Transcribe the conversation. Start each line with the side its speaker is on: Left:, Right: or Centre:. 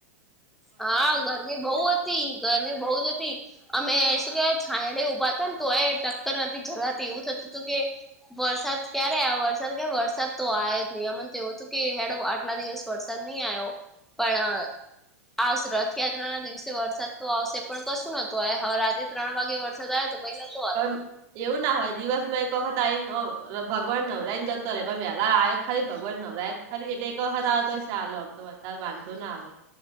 Centre: હા ગરમી બહુ હતી ગરમી બહુ જ હતી અમે શું કે છયડે ઉઊભાતા ને ત એ ટક્કર નથી જલાતી એવું થતું હતું કે વરસાદ ક્યારે આ વરસાદ ક વરસાદ તો આવયો જ નહી એમને તો એવું હતું કે હેડ આટલા દિવસ વરસાદ નહી આવ્યો પણ આવશે રથયાત્રા ના દિવસે વરસાદ તો આવશે પણ કશું નતું આ હ રાત્ર ત્રણ વાગે વરસાદ આવે તો પહી ન તો આયો
Right: પણ એવું ના હોય દિવસ માં એક વખત આ આવીને ભગવાન નવરાય ને જતો રહેે પણ વહેલા આવયો ખાલી ભગવાન નવરાય ખરી એટલે એક વખત આવે તો ચાલો આમ તો વધારે વાંધો ના આવે